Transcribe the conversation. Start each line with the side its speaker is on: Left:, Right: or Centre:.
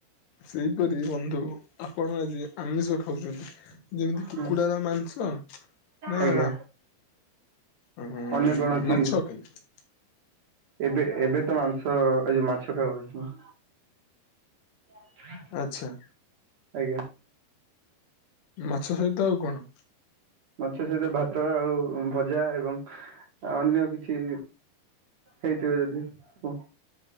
Left: ସେଇପରି ବନ୍ଧୁ ଆପଣ ଆଜି ଆମିଷ ଖାଉଛନ୍ତି। ଯେମିତି
Right: ହୁଁ
Left: କୁକୁଡାର ମାଂସ ନା
Right: ଆଜ୍ଞା
Left: ହଁ
Right: ଅନ୍ୟ କଣ ଅଛି
Left: ମାଛ କେମିତି?
Right: ଏବେ ଏବେ ତ ମାଂସ ଏ ଯୋଉ ମାଛ ଖାଉ ଅଛୁ। <inaudible>
Left: ଆଚ୍ଛା।
Right: ଆଜ୍ଞା।
Left: ମାଛ ସହିତ ଆଉ କଣ?
Right: ମାଛ ସହିତ ଭାତ ଆଉ ଭଜା ଏବଂ ଅନ୍ୟ କିଛି ହେଇଥିବ ଯଦି ହୁଁ